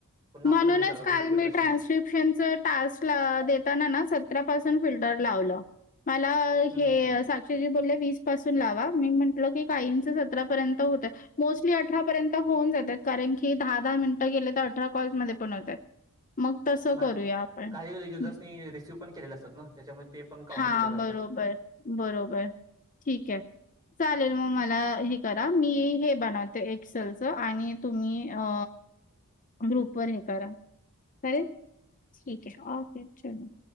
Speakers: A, on the right; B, on the left.
A: पुन्हा
B: म्हणूनच
A: आपल्यालाच विचारतात
B: काल
A: उलटे
B: मी
A: प्रश्न.
B: ट्रान्स्क्रिप्शन टास्क- देताना सत तेव्हापासून फिल्टर लावलं मला
A: हम्म.
B: हे साक्षीजी बोले मी पासून लावा मी म्हंटल की कांहींच सतरापर्यंत होत मोस्टली अठरा पर्यंत होऊन जात कार आणखी दहा -दहा मिनिटं गेले तर अठरा कॉल मध्ये पण होतात. मग तसं
A: नाही,
B: करूया आपण.
A: काही युजर्सनी
B: हं.
A: रिसीव्ह पण केलेले असतात ना त्याच्यामुळे ते पण काउंट
B: हा
A: केले जातात.
B: बरोबर- बरोबर ठीक आहे चालेल मग मला हे करा मी हे बनवते एसेल्स आणि तुम्ही अ ग्रुप वर हे करा चालेल ठीक आहे ओके चलो